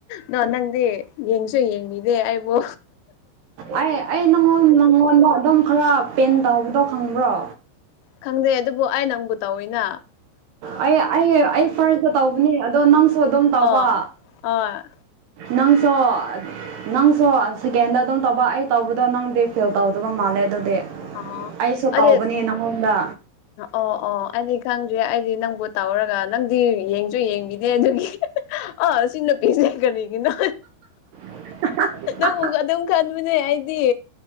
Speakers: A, on the left; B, on the right.
A: ꯗ‌ꯣ ꯅꯪꯗꯤ ꯌꯦꯡꯁꯨ ꯌꯦꯡꯕꯤꯗꯦ ꯑꯩꯕꯨ
B: ꯑꯩ ꯑꯩ ꯅꯪꯉꯣꯟ ꯅꯪꯉꯣꯟꯗ ꯑꯗꯨꯝ ꯈꯔ ꯄꯦꯟ ꯇꯧꯕꯗꯣ ꯈꯪꯕ꯭ꯔꯣ
A: ꯈꯪꯗꯦ ꯑꯗꯨꯕꯨ ꯑꯩ ꯅꯪꯕꯨ ꯇꯧꯋꯤꯅ
B: ꯑꯩ ꯑꯩ ꯑꯩ ꯐꯥꯔꯁꯇ ꯇꯧꯕꯅꯤ ꯑꯗꯣ ꯅꯪꯁꯨ ꯑꯗꯨꯝ ꯇꯧꯕ
A: ꯑꯥ ꯑꯥ
B: ꯅꯪꯁꯣ ꯅꯪꯁ‌ꯣ ꯁꯦꯀꯦꯟꯗ ꯑꯗꯨꯝ ꯇꯧꯕ ꯑꯩ ꯇꯧꯕꯗꯣ ꯅꯪꯗꯤ ꯐꯤꯜ ꯇꯧꯗꯕ ꯃꯥꯜꯂꯦ ꯑꯗꯨꯗꯤ
A: ꯑꯥ
B: ꯑꯩꯁꯨ
A: ꯑꯩꯗꯤ
B: ꯀꯧꯕꯅꯦ ꯅꯪꯉꯣꯟꯗ
A: ꯑꯣ ꯑꯣ ꯑꯩꯗꯤ ꯈꯪꯗ꯭ꯔꯦ ꯑꯩꯗꯤ ꯅꯪꯕꯨ ꯇꯧꯔꯒ ꯅꯪꯗꯤ ꯌꯦꯡꯁꯨ ꯌꯦꯡꯕꯤꯗꯦ ꯑꯗꯨꯒꯤ ꯑ‌ꯣ ꯁꯤ ꯅꯨꯄꯤꯁꯦ ꯀꯔꯤꯒꯤꯅꯣ
B: <unintelligible>
A: ꯗꯨ ꯑꯗꯨꯝ ꯈꯟꯕꯅꯦ ꯑꯩꯗꯤ